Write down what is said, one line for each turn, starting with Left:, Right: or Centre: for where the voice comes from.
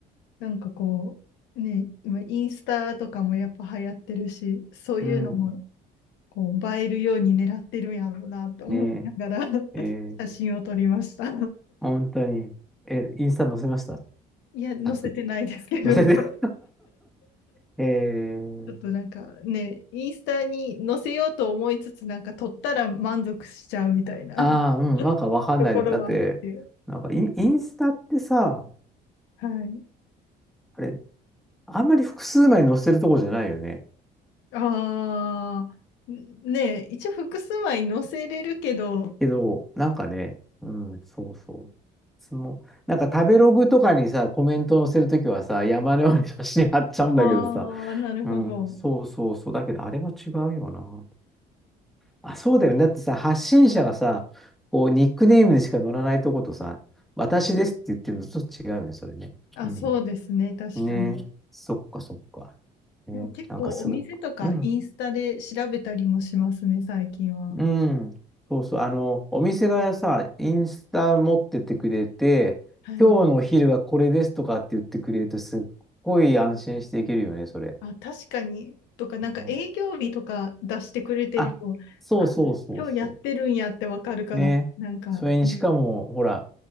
Left: なんかこう、ね、今インスタとかもやっぱ流行ってるし、そういうのも
Centre: うん
Left: こう映えるように狙ってるんやろうなと思いながら
Centre: ねえ、ええ
Left: <laughs> 写真を撮りました。
Centre: 本当に。え、インスタ載せました。
Left: <laughs> いや、載せてないですけど、
Centre: サクッと。載せて。
Left: <laughs> ち
Centre: <laughs>
Left: ょっとなんかね、
Centre: ええ
Left: インスタに載せようと思いつつ、なんか撮ったら満足しちゃうみたいな
Centre: ああ、
Left: <laughs>
Centre: うん、なんかわかんないの。
Left: ところはあって、
Centre: だって、なんかイン、インスタってさ、
Left: はい。
Centre: あれ、あんまり複数枚載せるとこじゃないよね。
Left: ああ、ねえ、一応複数枚載せれるけど、
Centre: けど、なんかね、うん、そうそう。その、なんか食べログとかにさ、コメント載せるときはさ、山のように写真貼っちゃうんだけどさ、
Left: ああ、なるほど。
Centre: うん、そうそうそう。だけど、あれは違うよな。あ、そうだよね。だってさ、発信者がさ、こう、ニックネームでしか載らないとことさ、私ですって言ってるのとちょっと違うよね、それね。
Left: あ、
Centre: うん。
Left: そうですね、確かに。
Centre: ねえ、そっかそっか。ねえ、
Left: でも結構お店とかインスタで調べたりもしますね、
Centre: なんかすごく。うん、
Left: 最近は。
Centre: うん。そうそう。あの、お店がさ、インスタ持っててくれて、
Left: はい。
Centre: 今日のお昼はこれですとかって言ってくれると、すっごい安心していけるよね、それ。
Left: あ、確かに。とか、なんか営業日とか出してくれてると、
Centre: ねあ、そうそうそうそ
Left: あ、今日やってるんやってわかるから、
Centre: う。ねそれにしかも、
Left: なんかね。
Centre: ほら、